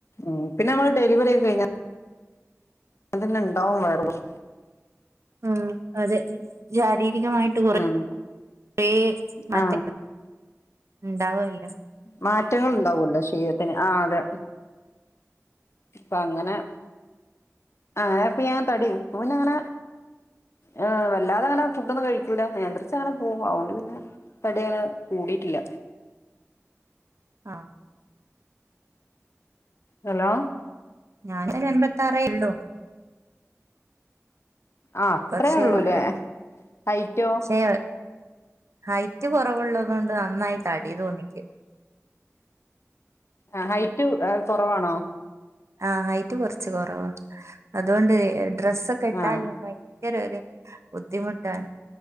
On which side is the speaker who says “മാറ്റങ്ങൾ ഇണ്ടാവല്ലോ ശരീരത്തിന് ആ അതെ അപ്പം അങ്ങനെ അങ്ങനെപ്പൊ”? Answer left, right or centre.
Left